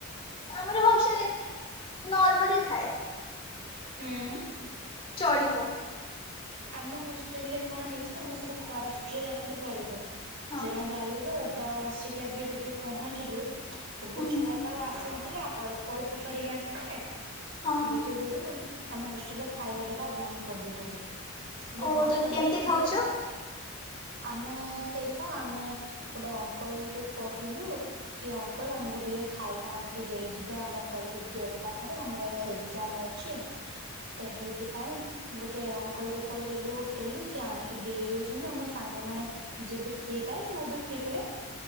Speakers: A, on the left (about 25°); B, on the right (about 60°).
A: ଆମର ହସଲ ନର୍ମାଲି ଥାଏ
B: ହୁଁ।
A: ଚ଼ଡିବ।
B: ଆମ ହଷ୍ଟେଲରେ କଣ ହେଇଚି ନା ଆମେ ସବୁ ଖରା ଛୁଟିରେ ଯାଇଥିଲୁ ଘରକୁ,
A: ହଁ
B: ହେରା ନ ଯାଇଥିଲୁ ଅବ୍ - ତ ଆଉ ଆସିକି ଆବେ ଯେବେ ପହଞ୍ଚିଲୁ ସବୁ
A: ହୁଁ
B: ଛୁଆ
A: ହୁଁ
B: ତ ଆଉ ଆସିନଥିଲେ ଅଳ୍ପ ଅଳ୍ପ କରିକି ଆସିଲେ
A: ହଁ
B: ସେଇ
A: ହଁ
B: ଯୋଗୁରୁ ଆମ ହୋଷ୍ଟେଲର ଖାଇବା ଦବା ବନ୍ଦ କରି ଦେଇଚନ୍ତି। ଇଏ
A: ଓହୋ
B: ବନ୍ଦ
A: ତ
B: କରି
A: କେମିତି
B: ଦେଇଚନ୍ତି
A: ଖାଉଛ?
B: ଆମେ ସେଇପା ଆମେ ଗୋଟେ ଅଙ୍କଲଙ୍କୁ କହିଲୁ କି ଅଙ୍କଲ ଆମକୁ ଟିକେ ଖାଇବା ଆଣିକି ଦେଇଯିବେ ଆମ କଲେଜ ଗେଟ୍ ପାଖରେ ଆମର ଏଣେ ଏକ୍ଜାମ ଅଛି। ତ ହେଇଥି ପାଇଁ ଗୋଟେ ଅଙ୍କଲକୁ କହିଦେଲୁ ହୋଟେଲରୁ ସିଏ ଆଣିକି ଦେଇ ଦୋଉଛନ୍ତି ଆମ ସାଙ୍ଗମାନେ ଯିଏବି ଫ୍ରି ଥାଏ ମୁଁ ବି ଫ୍ରି ଥିଲେ